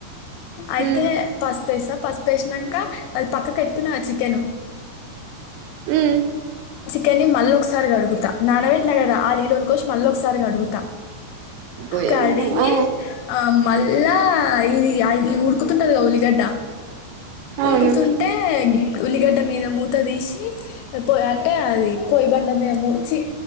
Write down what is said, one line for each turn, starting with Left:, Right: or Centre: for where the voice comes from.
Left: అయితే
Right: ఉమ్
Left: పాసుపేస్తా పసుపు వేసినంక అది పక్క కె ట్టుకున్నా చికెన్
Right: ఉమ్
Left: కాని మళ్ళ ఒకసారి కడుగుత నానవేట్ న గద ఆ లీల్ ఉలకోష్ మళ్ళీ ఒకసారి కడుగుతా
Right: పోయాము
Left: కడిగి
Right: ఆ
Left: ఆ మళ్ళ ఇదిఐ ది ఉడుకుతుంటదిగా ఉల్లిగడ్డ
Right: అవును
Left: ఉడుకుతుంటే ఉల్లిగడ్డ మీద మూత తీసి పోయ్ అంటే అది పోయ్ బండ మీద మూ చి